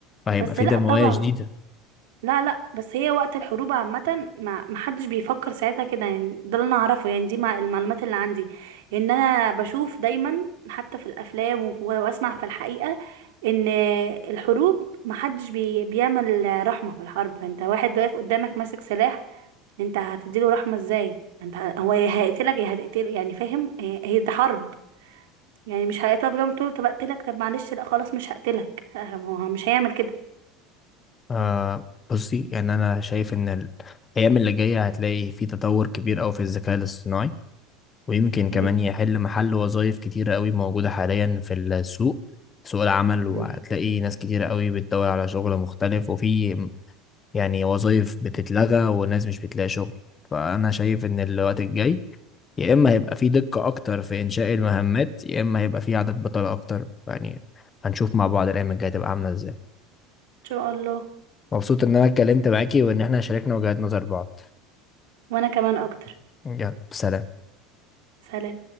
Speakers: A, on the left; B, on the right.
A: فهيبقى
B: بس
A: في
B: لا
A: دمويه
B: طبعا
A: شديده
B: لا لا بس هي وقت الحروب عامة ما ما حدش بيفكر ساعتها كده يعني ده اللي انا اعرفه يعني دي مع المعلومات اللي عندي ان انا بشوف دايما حتى في الافلام و- واسمع في الحقيقة ان الحروب ما حدش بي بيعمل رحمة في الحرب انت واحد واقف قدامك ماسك سلاح انت هتديله رحمة ازاي انت ه- هو يا هيقتلك يا هتقتل يعني فاهم هي هي دي حرب يعني مش هيقف جنب تقول له طب اقتلك طب معلش لا خلاص مش هقتلك ما هو مش هيعمل كده
A: آه بصي يعني انا شايف ان الايام اللي جايه هتلاقي في تطور كبير قوي في الذكاء الاصطناعي ويمكن
B: مم.
A: كمان يحل محل وظائف كتيرة قوي موجودة حاليا في السوق سوق العمل وهتلاقي
B: مم. ان
A: ناس كتيرة قوي بتدور على شغل مختلف وفي يعني وظائف بتتلغى وناس مش بتلاقي شغل فأنا شايف إن الوقت الجاي يا إما هيبقى في دقة أكتر في إنشاء المهمات يا إما هيبقى في عدد بطالة أكتر يعني هنشوف مع بعض الأيام الجاية تبقى عاملة إزاي
B: شاء الله
A: مبسوط إن أنا اتكلمت معاكي وإن إحنا شاركنا وجهات نظر بعض
B: وانا كمان اكتر
A: يلا سلام
B: سلام